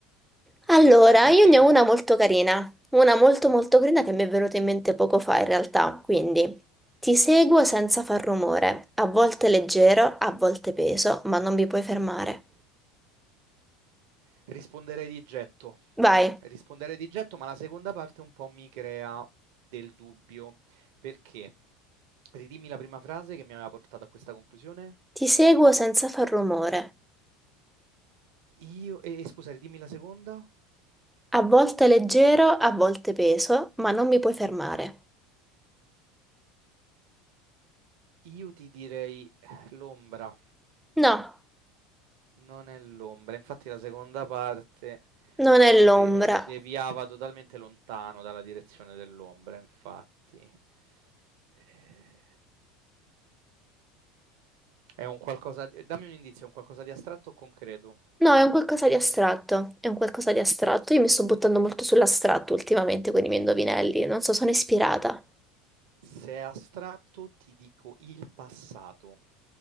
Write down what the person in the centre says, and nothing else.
Allora,
io
ne ho una molto carina, una molto molto carina che mi è venuta in mente poco fa in realtà, quindi ti seguo senza far rumore, a volte leggero, a volte peso, ma non mi puoi fermare.
Vai,
ti seguo senza far rumore.
A volte leggero, a volte peso, ma non mi puoi fermare.
No,
non è
l'ombra.
No, è un qualcosa di astratto. È un qualcosa di astratto. Io mi sto buttando molto sull'astratto ultimamente con i miei indovinelli. Non so, sono ispirata.